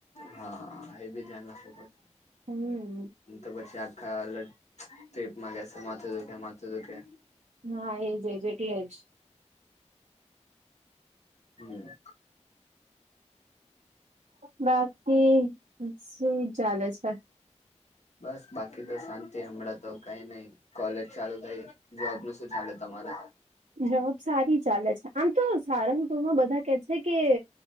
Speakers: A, on the left; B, on the right.
A: હા એ બી ધ્યાન રાખવું પડશે
B: હમ
A: તો પછી આખા અલગ ટ્રીપમાં કહેશે માથું દુઃખે માથું દુઃખે
B: હા એજ એજ એટલે જ
A: હમ
B: બાકી શું ચાલે છે <inaudible> <unintelligible>
A: બસ બાકી તો શાંતિ હમણાં તો કઈ નહી કોલેજ ચાલુ થાય જોબ નું શું ચાલે તમારે
B: જોબ સારી ચાલે છે આમ તો સારંગપુરમાં બધા કે છે કે